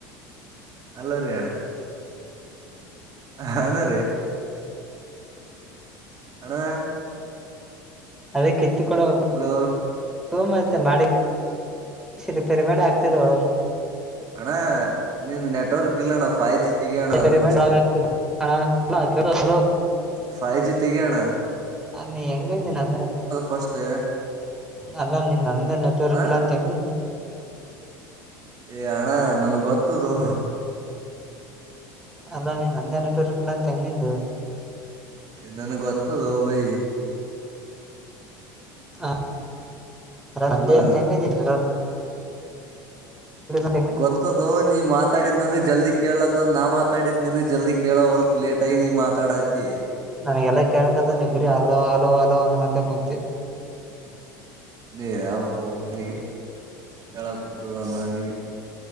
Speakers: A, on the right; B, in the centre.
A: ಅಲ್ಲರಿ ಹಣ ಹಣ್ಣ ರೀ ಅಣ್ಣ
B: ಅದೇ ಕಿತ್ತು ಕೊಡ ಹೋಗ್
A: ಹಲೋ
B: ಹ ಮತ್ತೆ ಮಾಡಿ ರಿಪೇರಿ ಮಾಡಿ ಆಗ್ತದ ಒಳಗೆ.
A: ಅಣ್ಣ ನಿನ್ ನೆಟ್ವರ್ಕ್ ಇಲ್ಲಣ್ಣ ಫೈವ್ ಜಿ. ತೆಗಿ
B: <unintelligible>
A: ಅಣ್ಣ ಅದು ಫಸ್ಟ್ ಫೈವ್ ಜಿ ತೆಗ್ಯಣ.
B: ನೀ ಎಗ್ಂದಿ ನಂದೆ
A: ಫಸ್ಟ್
B: ಅದ ನಂದ ನೆಟ್ವರ್ಕ್
A: ಆ
B: ಇಲ್ಲ ತೆಂಗಿ
A: ಏ ಅಣ್ಣ ನನ್ಗ ಗೊತ್ತದು.
B: ಅಲ್ಲೋ ನೀನ್ ನಂದೇ ನಟವರ್ಕ್ ಇಲ್ಲ ಅಂತ ಹೆಂಗ್ ಅಂದು.
A: ನನ್ಗ ಗೊತ್ತದ ಭೈ.
B: ಹ ಅಲ್ಲಣ್ಣ ನಂದೆ
A: ಅಲೋ
B: ಅಂತ ಹೆಂಗ್ ಹೇಳ್ದೆ ನೀನು <unintelligible>
A: ಗೊತ್ತದೊ ನೀ ಮಾತಾಡಿದ್ ನಾನಗ್ ಜಲ್ದಿ ಕೇಳದು ನಾ ಮಾತಾಡಿದ್ ನಿನಗ್ ಜಲ್ದಿ ಕೇಳವಲ್ದು ಹೊಲ್ತ್ ಲೇಟ್ ಆಗಿ ನೀ ಮಾತಾಡತಿ.
B: ನನಿಗೆಲ್ಲಾ ಕೇಳ್ಕತ್ ನಿ ಬರಿ ಹಲೋ ಹಲೋ ಹಲೋ ಅನ್ನ ಕುಂತಿ.
A: ನೀರಾ ಫೋನ್ನಿಗೆ ಹೇಳಕ್ ಕುಂತಾದ ಅನ್ನನಿಗೆ.